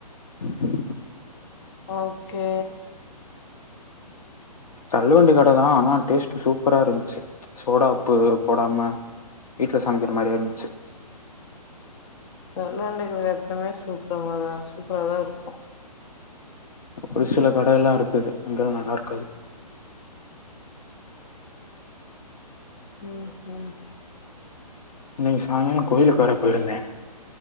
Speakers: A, on the left (about 70°); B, on the left (about 40°).
A: <unintelligible>
B: ஓகே
A: தள்ளு வண்டி கட தா ஆனா டேஸ்ட்டு சூப்பரா இருந்துச்சு சோடா உப்பு போடாம வீட்ல சமைக்கிற மாரியே இருந்துச்சு
B: தள்ளு வண்டி கட எப்பமே சூப்பரமாதா சூப்பரா தா இருக்கும்
A: ஒரு சில கடைல்லா இருக்குது அங்கல்லா நல்லா இருக்காது
B: ம் ம்
A: இன்னைக்கு சாயிங்காலம் கோயிலுக்கு வேற போயிருந்த